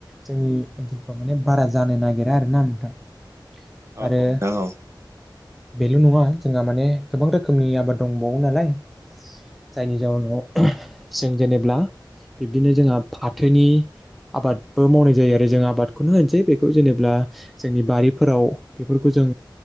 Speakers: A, in the centre; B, on the right.
A: जोंनि ओनसोलफ्राव माने बारा जानो नागिरा आरोना नोंथाङा
B: औ
A: आरो
B: नोंथां औ
A: बेल' नङा जोंहा माने गोबां रोखोमनि आबाद दंबावो नालाय जायनि जााहोनाव जों जेनेब्ला बिब्दिनो जोंहा फाथोनि आबादबो मावनाय जायो आरो जों आबादखौनो होनोसै बेखौ जेनेबा जोंनि बारिफोराव बेफोरखौ जों